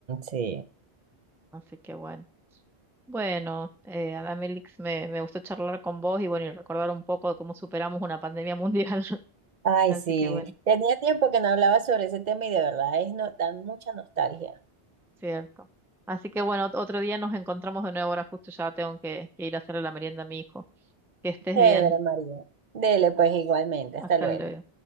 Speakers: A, on the right; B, in the centre.
A: sí.
B: Así que bueno. Bueno, eh, Adamelix, me, me gustó charlar con vos y bueno, y recordar un poco de cómo superamos una pandemia mundial. <laughs>
A: Ay,
B: Así
A: sí.
B: que bueno.
A: Tenía tiempo que no hablaba sobre ese tema y de verdad es no, dan mucha nostalgia.
B: Cierto. Así que bueno, ot- otro día nos encontramos de nuevo. Ahora justo ya tengo que, que ir a hacerle la merienda a mi hijo. Que estés
A: Chévere,
B: bien.
A: María. Dele, pues igualmente. Hasta
B: Hasta
A: luego.
B: luego.